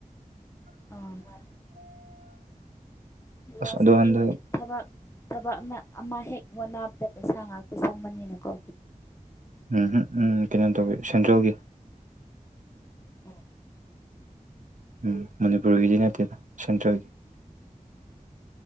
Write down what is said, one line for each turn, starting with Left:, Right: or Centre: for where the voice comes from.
Left: ꯑ ꯃꯥ ꯑꯗꯨꯒ
Right: ꯑꯁ
Left: ꯍꯧꯖꯤꯛꯀꯤ
Right: ꯑꯗꯣ ꯍꯟꯗꯛ
Left: ꯊꯕꯥꯛ ꯊꯕꯥꯛꯅ ꯑꯃ ꯍꯦꯛ ꯋꯥꯅꯥꯕꯗ ꯄꯩꯁꯥ ꯉꯥꯛꯇ ꯆꯪꯕꯅꯤꯅꯀꯣ
Right: ꯎꯝꯝ ꯎꯝ ꯀꯩꯅꯣ ꯇꯧꯋꯤ ꯁꯦꯟꯇ꯭ꯔꯦꯜꯒꯤ
Left: ꯎꯝ
Right: ꯎꯝ ꯃꯅꯤꯄꯨꯔꯒꯤꯗꯤ ꯅꯠꯇꯦꯗ ꯁꯦꯟꯇ꯭ꯔꯦꯜꯒꯤ